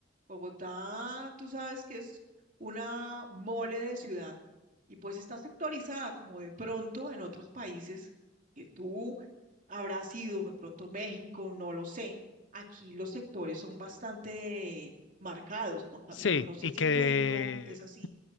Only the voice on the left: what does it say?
Sí,
y
que